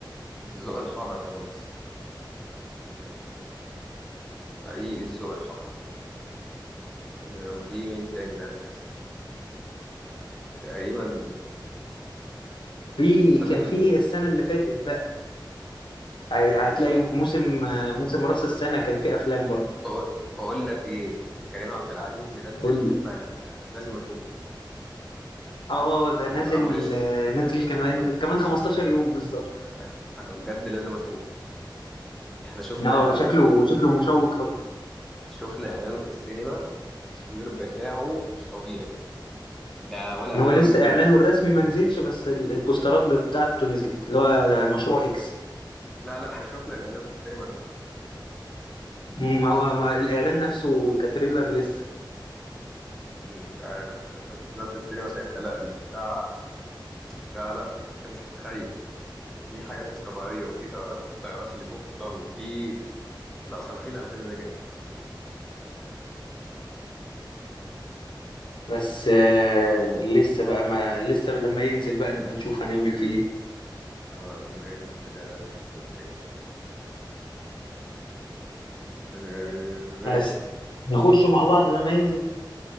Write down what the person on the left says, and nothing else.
في
كان في ايه السنه اللي فاتت بقى؟ هتلاقي
موسم موسم راس السنة كان فيه أفلام برضه
قول
لي
اه ده
نازل
آه، نازل كمان
كمان 15 يوم بالظبط
اه
شكله
شكله مشوق قوي
هو
لسه اعلانه الرسمي ما نزلش بس ال- البوسترات بتاعته نزلت اللي هو ده مشروع اكس
ما هو ما الاعلان نفسه كتريلر لسه
بس آه، لسه بقى ما لسه لما ينزل بقى نبقى نشوف هنعمل فيه ايه
بس نخش مع بعض لما ينزل